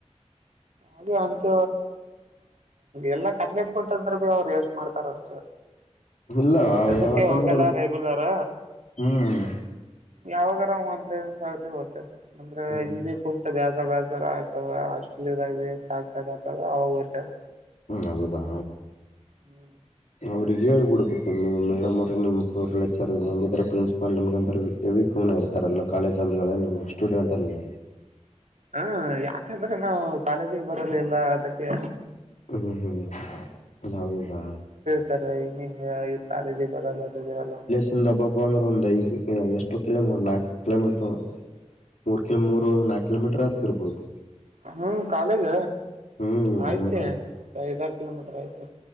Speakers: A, on the right (about 85°); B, on the left (about 80°).
A: ಅದೇ ಅಂತ ಎಲ್ಲ ಕಂಪ್ಲೀಟ್ ಕೊಟ್ಟಂದ್ರೆ ಭೀ ಅವ್ರು ಯಷ್ಟು ಮಾಡ್ತಾರ ಅಷ್ಟೇ
B: ಇಲ್ಲ
A: ಅದಕ್ಕೆ
B: ಯಾವಕಂದ್ರೆ
A: ಹೋಗಲ್ಲ ರೆಗ್ಯುಲರ
B: ಹ್ಮ್
A: ಯಾವಾಗಾರ ಒಂದೊಂದ್ ಸರ್ತಿ ಹ್ ಅಂದ್ರೆ
B: ಹ್ಮ್
A: ಇಲ್ ಕುಂತ ಬ್ಯಾಜ ಬ್ಯಾಜ ಆತದ ಹಸ್ಟೆಲ್ ಸಾಕ್ ಸಾಕ್ ಆತದ ಅವಾಗ ಹೋಗುತ್ತೇವೆ
B: ಹೌದಾ
A: ಹ್ಮ್
B: ಅವ್ರಿಗೆ ಹೇಳಿಬಿಡ್ಬೇಕು ನೀವು ಮೇಡಮ್ ಅವ್ರ ನಿಮ್ಮ ಅವ್ರ ಲೆಚರ್ ಹೆಂಗಿದ್ರ ಪ್ರಿನ್ಸಿಪಾ ನಿಮ್ಗೆ ಅಂದ್ರ ಎ ವಕ್ನ ಇರ್ತಾರಲ್ಲ ಕಾಲೇಜ್ ಅಂದ ನೀವು ಸ್ಟೂಡೆಂಟ್ ಅಂದ
A: ಹಾ ಯಾಕಂದ್ರೆ ನಾವು ಕಾಲೇಜಿಗೆ ಬರಲಿಲ್ಲ ಅದಕ್ಕೆ
B: ಹ್ಮ್ ಹ್ಮ್ೌದಾ
A: ರ ಕಾಲೇಜಿಗೆ ಬರಲ್ಲಲ್ಲ
B: ಚಂದ ಹಬ್ಬಬ್ಬ ಅಂದ್ರೆ ಒಂದು ಐದು ಎಷ್ಟು ಕಿಲೋಮೀ್ ನಾಲ್ಕು ಕಿಲೋಮೀಟರು ಮೂರ್ ಕಿಲ ಮೂ ನಾಕು ಕಿಲೋೀಟರ್ ಹತ ಇರ್ಬಹದು
A: ಹ್ಮ್ ಕಾಲೇಜ
B: ಹ್ಮ್
A: ಆಯ್ತೆ
B: ನಿಮ್
A: ಒಬಐದಾರು ಕಿಲೋಮೀಟರ್ ಆಯ್ತೆ